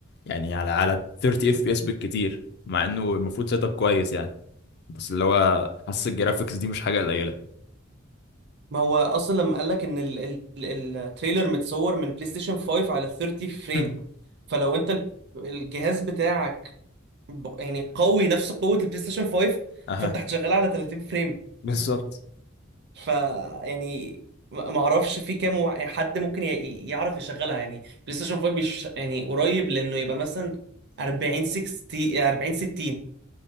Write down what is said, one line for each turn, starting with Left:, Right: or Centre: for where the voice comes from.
Left: يعني على على 30 اف بي اس بالكتير مع انه المفروض سيت اب كويس يعني بس اللي هو حاسس الجرافيكس دي مش حاجه قليله
Right: ما هو اصلا لما قالك ان ال- ال- ال- التريلر متصور من بلاي ستيشن 5 على 30 فريم
Left: <laughs>
Right: فلو انت ال- الجهاز بتاعك ب- يعني قوي نفس قوة البلاي ستيشن 5
Left: اها
Right: فانت هتشغلها على 30 فريم
Left: بالظبط
Right: ف يعني ما ما اعرفش في كام وع- يعني حد ممكن ي- يعرف يشغلها يعني بلاي ستيشن 5 بيش يعني قريب لانه يبقى مثلا 40 60 40 60